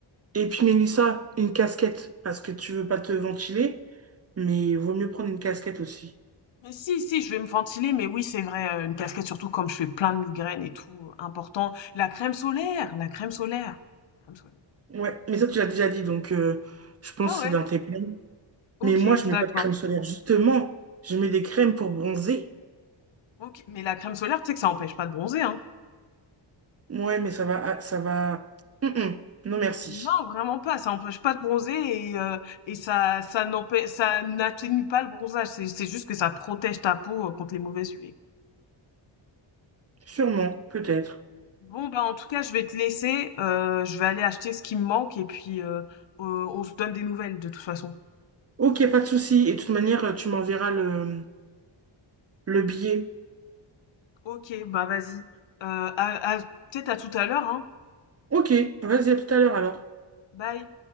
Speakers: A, on the right (about 30°); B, on the left (about 65°).
A: Et puis, Mélissa, une casquette. Parce que tu veux pas te ventiler. Mais il vaut mieux prendre une casquette aussi.
B: Mais si, si, je vais me ventiler, mais oui, c'est vrai, euh, une casquette, surtout comme je fais plein de migraines et tout, euh, important. La crème solaire, la crème solaire. Crème solaire.
A: Ouais, mais ça, tu l'as déjà dit. Donc, euh, je pense
B: Ah
A: que
B: ouais,
A: c'est dans tes plans.
B: ok,
A: Mais moi, je
B: d'accord.
A: mets pas de crème solaire. Justement, je mets des crèmes pour bronzer.
B: Ok, mais la crème solaire, tu sais que ça empêche pas de bronzer, hein.
A: Ouais, mais ça va, ah, ça va. Hum, hum. Non, merci.
B: Non, vraiment pas, ça empêche pas de bronzer et, euh, et ça, ça n'empê- ça n'atténue pas le bronzage, c'est, c'est juste que ça protège ta peau euh, contre les mauvaises UV.
A: Sûrement, peut-être.
B: Bon, bah en tout cas, je vais te laisser, euh, je vais aller acheter ce qui me manque et puis euh, euh, on se donne des nouvelles de toute façon.
A: Ok, pas de souci. Et de toute manière, tu m'enverras le, le billet.
B: Ok, bah vas-y. Euh, à, à- peut-être à tout à l'heure, hein.
A: Ok, vas-y, à tout à l'heure alors.
B: Bye.